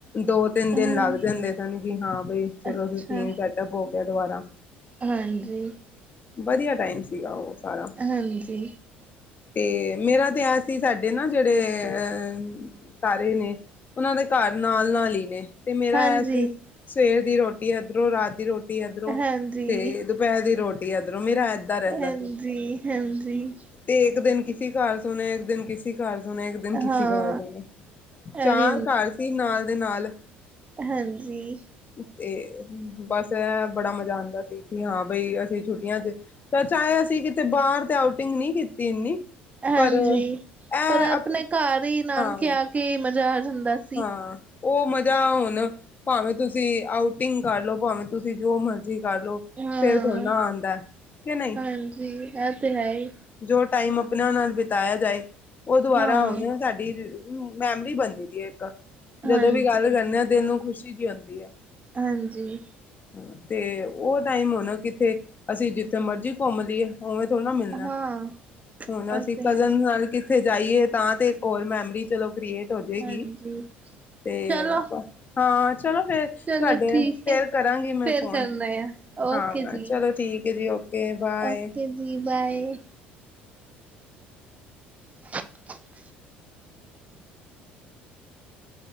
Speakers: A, on the left; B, on the right.
A: ਦੋ ਤਿੰਨ
B: ਹਮ
A: ਦਿਨ ਲਗ ਜਾਂਦੇ ਸਨ, ਕਿ ਹਾਂ ਬਈ ਚਲੋ
B: ਅੱਛਾ
A: ਰੂਟੀਨ ਸੈੱਟਪ ਹੋ ਗਿਆ ਦੁਬਾਰਾ,
B: ਹਾਂਜੀ
A: ਵਧੀਆ ਟਾਈਮ ਸੀਗਾ ਓ ਸਾਰਾ
B: ਹਾਂਜੀ
A: ਤੇ, ਮੇਰਾ ਤੇ ਏ ਸੀ, ਸਾਡੇ ਨਾ ਜੇੜੇ ਅਹ ਸਾਰੇ ਨੇ, ਉਨਾਂ ਦੇ ਘਰ ਨਾਲ-ਨਾਲ ਈ ਨੇ ਤੇ ਮੇਰਾ
B: ਹਾਂਜੀ
A: ਏ ਸੀ, ਸਵੇਰ ਦੀ ਰੋਟੀ ਏਧਰੋਂ, ਰਾਤ ਦੀ ਰੋਟੀ ਏਧਰੋਂ,
B: ਹਾਂਜੀ
A: ਤੇ ਦੁਪੈਰ ਦੀ ਰੋਟੀ ਏਧਰੋਂ ਮੇਰਾ ਏਦਾਂ ਰਹਿੰਦਾ
B: ਹੈਂਜੀ
A: ਸੀ
B: ਹੈਂਜੀ!
A: ਤੇ ਇੱਕ ਦਿਨ ਕਿਸੀ ਘਰ ਸੁਨੇ, ਇੱਕ ਦਿਨ ਕਿਸੀ ਘਰ ਸੁਣੇ ਇੱਕ ਦਿਨ ਕਿਸੀ,
B: ਹਾਂ
A: ਘਰ ਪੈਣਾ,
B: ਇਹ
A: ਚਾਰ
B: ਵੀ
A: ਘਰ ਸੀ ਨਾਲ-ਨਾਲ
B: ਹੈਂਜੀ!
A: ਤੇ ਬਸ ਏ, ਬੜਾ ਮਜ਼ਾ ਆਂਦਾ ਸੀ, ਕਿ ਹਾਂ ਬਈ ਅਸੀਂ ਛੁੱਟੀਆਂ 'ਚ ਤਾਂ ਚਾਏ, ਅਸੀਂ ਕਿਤੇ ਬਾਰ ਤੇ ਆਊਟਿੰਗ ਨੀ ਕੀਤੀ ਇੰਨੀ
B: ਹੈਂਜੀ!
A: ਪਰ ਇਹ
B: ਪਰ ਅਪਨੇ ਘਰ ਈ ਨਾਨਕੇ
A: ਹਾਂ
B: ਆ ਕੇ ਈ ਮਜ਼ਾ ਆ ਜਾਂਦਾ ਸੀ
A: ਹਾਂ! ਓ ਮਜ਼ਾ ਹੁਨ, ਭਾਵੇਂ ਤੁਸੀਂ ਆਊਟਿੰਗ ਕਰਲੋ, ਭਾਵੇਂ ਤੁਸੀਂ ਜੋ ਮਰਜ਼ੀ ਕਰਲੋ
B: ਹਾਂ
A: ਫਿਰ ਥੋੜੀਨਾ ਆਂਦਾ, ਕਿ ਨਈ,
B: ਹਾਂਜੀ ਇਹ ਤੇ ਹੈ ਹੀ
A: ਜੋ ਟਾਈਮ ਅਪਨਿਆ ਨਾਲ ਬਿਤਾਇਆ ਜਾਏ, ਓ ਦੁਵਾਰਾ
B: ਹਾਂ
A: ਓ ਨੀ ਸਾਡੀ ਮੈਮਰੀ ਬਨਦੀ ਏ ਇੱਕ, ਜਦੋਂ
B: ਹਾਂਜੀ
A: ਵੀ ਗੱਲ ਕਰਨੇ ਆ ਦਿਲ ਨੂੰ ਖੁਸ਼ੀ ਜੀ ਆਂਦੀ ਏ
B: ਹਾਂਜੀ!
A: ਹਾਂ ਤੇ ਓ ਟਾਈਮ ਹੁਨ ਕਿੱਥੇ, ਅਸੀਂ ਜਿੱਥੇ ਮਰਜੀ ਘੁੰਮ ਲੀਏ ਉਵੇਂ ਥੋੜਾ ਨਾ ਮਿਲਨਾ,
B: ਹਾਂ
A: ਹੁਨ ਅਸੀਂ
B: ਉਹ ਤੇ
A: ਕਜ਼ਨ
B: ਹੈ
A: ਨਾਲ ਕਿੱਥੇ ਜਾਈਏ ਤਾਂ ਤੇ, ਇੱਕ ਔਰ ਮੈਮਰੀ ਚਲੋ ਕ੍ਰੀਏਟ ਹੋ ਜਾਏਗੀ।
B: ਹਾਂਜੀ!
A: ਤੇ
B: ਚਲੋ
A: <unintelligible> ਹਾਂ ਚਲੋ ਫੇਰ
B: ਚਲੋ
A: ਤੁਆਡੇ
B: ਠੀਕ
A: ਫਿਰ
B: ਹੈ
A: ਕਰਾਂਗੀ ਮੈਂ
B: ਫੇਰ
A: ਫੋਨ,
B: ਕਰਨਾ ਆ
A: ਹਾਂ
B: ਓਕੇ ਜੀ
A: ਚਲੋ ਠੀਕ ਏ ਜੀ, ਓਕੇ ਬਾਏ
B: ਓਕੇ ਜੀ ਬਾਏ! <inaudible>